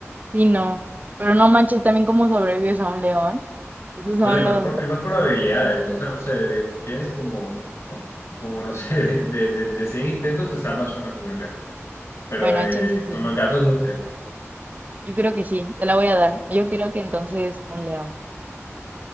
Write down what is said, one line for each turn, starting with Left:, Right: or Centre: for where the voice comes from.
Right: Sí, no. Pero no manches, también cómo sobrevives a un león. Esos son
Left: Pero hay más,
Right: los...
Left: pro- hay más probabilidades. O sea, no sé, tienes como, como no sé, <laughs> de, de, de- de 100 intentos te salvas una con el león. Pero
Right: Bueno,
Left: de-
Right: chance sí.
Left: con los gatos nunca.
Right: Yo creo que sí, te la voy a dar. Yo creo que entonces un león.